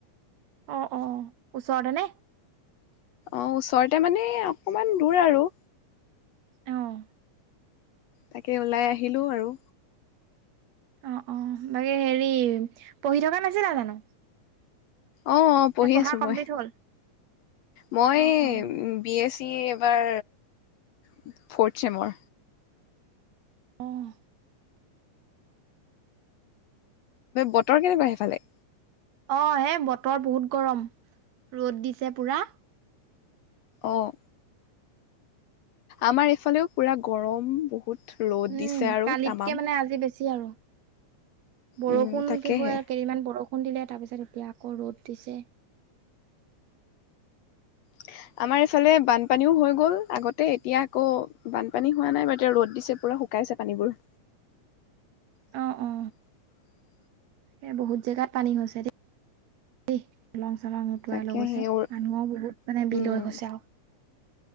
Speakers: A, on the right (about 70°); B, on the left (about 75°).
A: অ অ ওচৰতে নে
B: অ ওচৰতে মানে অকমান দূৰ আৰু
A: আহ
B: তাকে ওলাই আহিলো আৰু
A: অ অ বাকী হেৰি পঢ়ি থকা নাছিলা জানো?
B: অ অ পঢ়ি
A: নে পঢ়া
B: আছো
A: কমপ্লিট
B: মই
A: হ'ল?
B: মই
A: অ', অ',
B: বি এছ এবাৰ ফট <unintelligible> চেমৰ
A: আহ
B: বতৰ কেনেকুৱা সেইফালে
A: অ হেই বতৰ বহুত গৰম ৰ'দ দিছে পুৰা।
B: অঁ আমাৰ এইফালেও পুৰা গৰম বহুত ৰ'দ দিছে
A: উম
B: আৰু
A: কালিতকে
B: তামাম।
A: মানে আজি বেছি আৰু বৰষুণ
B: উম তাকেহে
A: কি হয় কেইদিমান বৰষুণ খুন্দিলে তাৰ পিছত এতিয়া আকৌ ৰ'দ দিছে।
B: <unintelligible> আমাৰ এইফালে বানপানীও হৈ গ'ল আগতে এতিয়া আকৌ বানপানী হোৱা নাই বা এতিয়া ৰ'দ দিছে পুৰা শুক শুকাইছে পানীবোৰ <unintelligible>
A: অ অ এ বহুত জেগাত পানী হৈছে দেই দ ল দলং উটুৱাই
B: তাকে
A: লৈ গৈছে
B: সেই
A: মানুহও বহুত মানে
B: উম
A: বিলয় হৈছে আৰু